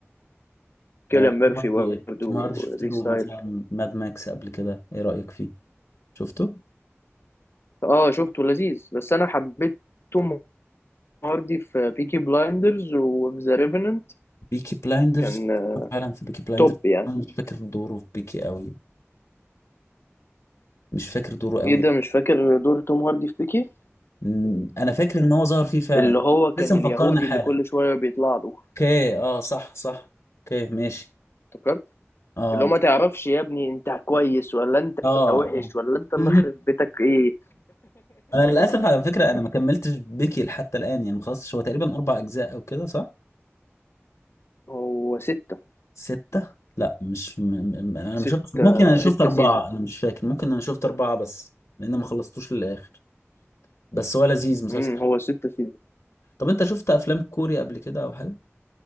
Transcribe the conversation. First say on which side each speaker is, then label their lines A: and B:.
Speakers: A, on the left; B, on the left.
A: آه،
B: ميرفي
A: توم هاردي
B: برضه
A: إيه؟ توم
B: وريس
A: هاردي شفت له
B: ستايل
A: مثلا ماد ماكس قبل كده ايه رأيك فيه شفته
B: اه شفته لذيذ بس انا حبيت توم هاردي في بيكي بلايندرز وفي ذا ريفننت
A: بيكي بلايندرز
B: كان
A: فعلا في بيكي بلايندرز
B: توب يعني
A: انا مش فاكر دوره في بيكي قوي مش فاكر دوره قوي
B: ايه ده مش فاكر دور توم هاردي في بيكي
A: أمم، انا فاكر ان هو ظهر فيه فعلا
B: اللي هو كان
A: لسه مفكرني
B: اليهودي
A: حالا
B: اللي كل شويه بيطلع له
A: اوكي اه صح صح اوكي ماشي
B: افتكرت
A: اه
B: اللي هو ما تعرفش يا ابني انت كويس ولا انت
A: اه
B: وحش ولا انت اللي
A: <laughs>
B: خرب بيتك ايه
A: انا للاسف على فكره انا ما كملتش بيكي حتى الان يعني ما خلصتش هو تقريبا اربع اجزاء او كده صح
B: هو ستة
A: ستة لا مش م... م... انا
B: ستة
A: ما شفت ممكن انا ولا
B: ستة
A: شفت ست اربعة
B: سيزونز
A: انا مش فاكر ممكن انا شفت اربعة بس لان ما خلصتوش للاخر بس هو لذيذ مسلسل
B: امم هو ستة سيزونز
A: طب انت شفت افلام كوري قبل كده او حاجة